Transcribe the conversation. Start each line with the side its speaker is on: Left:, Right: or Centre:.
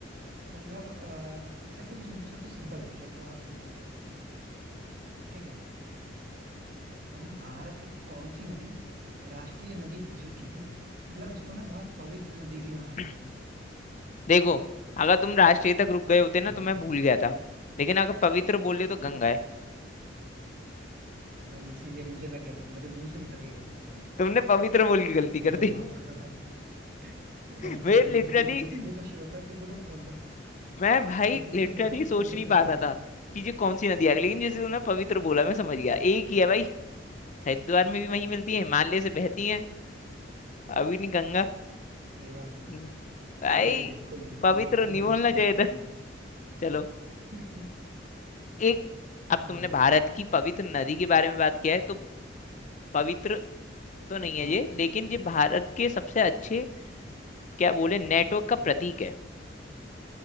Right: कि मतलब अ, ऐसा एकदम सिम, सबसे सिंपल क्वेश्चन है बहुत सिंपल क्वेश्चन है ठीक है मतलब भारत की कौन सी नदी राष्ट्रीय नदी घोषित की गई है मतलब इसको ना बहुत पवित्र नदी भी माना जाता
Left: <clears throat>
Right: है
Left: देखो अगर तुम राष्ट्रीय तक रुक गए होते ना
Right: हाँ
Left: तो मैं भूल गया था लेकिन अगर पवित्र बोले तो गंगा है
Right: भाई इसीलिए मुझे लग गया था मेरे मुंह से निकल गई गलती से भाई
Left: तुमने पवित्र बोल के गलती कर
Right: मुझे
Left: दी
Right: माफ करो भाई वही
Left: <laughs> मैं
Right: चीज भाई मुझे
Left: लिटरली
Right: मुझे ये तो श्योर था कि इसमें तुम फंबल
Left: मैं भाई
Right: ये तो मुझे
Left: लिटरली
Right: श्योर था तुम
Left: सोच
Right: फंबल
Left: नहीं पा
Right: कर दोगे
Left: रहा था कि ये कौन सी नदी आ गई लेकिन जैसे तुमने पवित्र बोला मैं समझ गया एक ही है भाई हरिद्वार में भी वही मिलती है हिमालय से बहती है अभी नहीं गंगा
Right: सही बात है भाई
Left: हम्म। भाई
Right: गलती हो गई कोई नहीं
Left: पवित्र
Right: तुम तुम
Left: नहीं बोलना
Right: नेक्स्ट क्वेश्चन
Left: चाहिए
Right: बताओ
Left: था <laughs>
Right: भाई
Left: चलो
Right: <laughs>
Left: एक अब
Right: बोलो
Left: तुमने भारत
Right: भाई
Left: की पवित्र नदी के बारे में बात किया है तो पवित्र तो नहीं
Right: हाँ
Left: है ये लेकिन ये भारत के सबसे अच्छे क्या बोले नेटवर्क का प्रतीक है